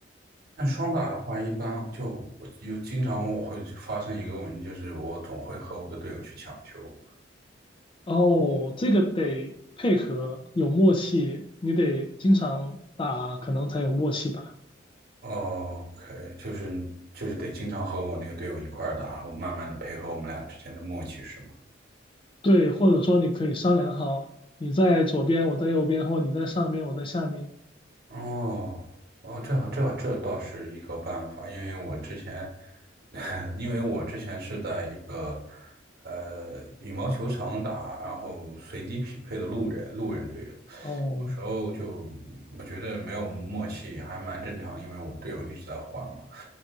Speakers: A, on the right (about 55°); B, on the left (about 25°).
A: 但双打的话，一般就我就经常我会发生一个问题，就是我总会和我的队友去抢球。
B: 哦，这个得配合，有默契，你得经常打，可能才有默契吧。
A: 哦 OK，就是就是得经常和我那个队友一块儿打，然后慢慢的配合我们俩之间的默契，是吗？
B: 对，或者说你可以商量好，你在左边，我在右边，或你在上面，我在下面。
A: 哦哦，这这这倒是一个办法，因为我之前，<laughs> 因为我之前是在一个呃羽毛球场打，然后随机匹配的路人路人队友，有
B: 哦
A: 时候就我觉得没有默契还蛮正常的，因为我队友一直在换嘛，